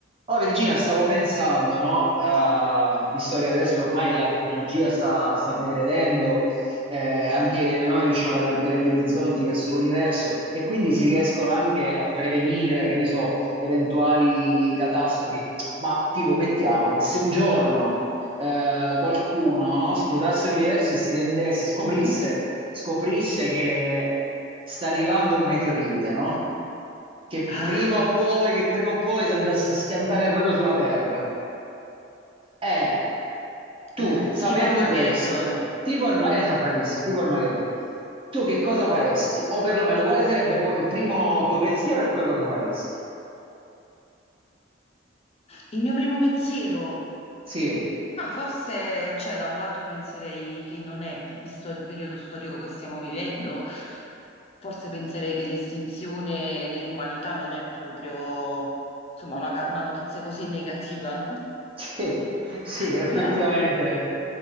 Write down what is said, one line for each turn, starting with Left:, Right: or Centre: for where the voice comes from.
Right: Oh Virginia, stavo pensando, no? Eh, visto che adesso ormai la tecnologia sta, sta progredendo, eh, anche noi riusciamo ad allargare gli orizzonti verso l'universo e quindi si riescono anche a prevenire, che ne so, eventuali catastrofi. Ma tipo, mettiamo che se un giorno eh, qualcuno, no, scrutasse l'universo e si rendesse, scoprisse,
Left: Eh?
Right: scoprisse che sta arrivando un meteorite, no? che
Left: Ah,
Right: prima o poi, che prima o poi si andasse a schiantare proprio sulla terra. Eh, tu,
Left: eh,
Right: sapendo
Left: tipo Armageddon.
Right: questo, tipo ormai, esatto, bravissimo, tipo Armageddon, tu che cosa faresti? O perlomeno, quale sarebbe poi il primo tuo pensiero e poi cosa faresti?
Left: Il mio primo pensiero.
Right: Sì,
Left: Ah, forse, cioè, da un lato penserei che non è, visto il periodo storico che stiamo vivendo, forse penserei che l'estinzione dell'umanità non è proprio, insomma, una, ca- una notizia così negativa.
Right: <laughs> sì,
Left: <laughs> <laughs>
Right: sì, effettivamente.
Left: no?